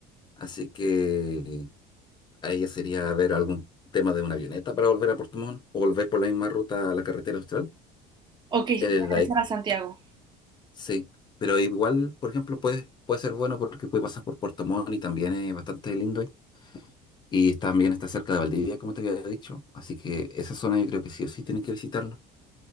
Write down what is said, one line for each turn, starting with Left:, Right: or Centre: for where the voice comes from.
Left: Así que ahí ya sería ver algún tema de una avioneta para volver a Puerto Montt o volver por la misma ruta a la carretera austral.
Right: Ok, regresar
Left: Es desde ahí,
Right: a Santiago.
Left: sí. Pero igual, por ejemplo, puede, puede ser bueno porque puede pasar por Puerto Montt y también es bastante lindo ahí. Y también está cerca de Valdivia, como te había dicho. Así que esa zona yo creo que sí o sí tienes que visitarla.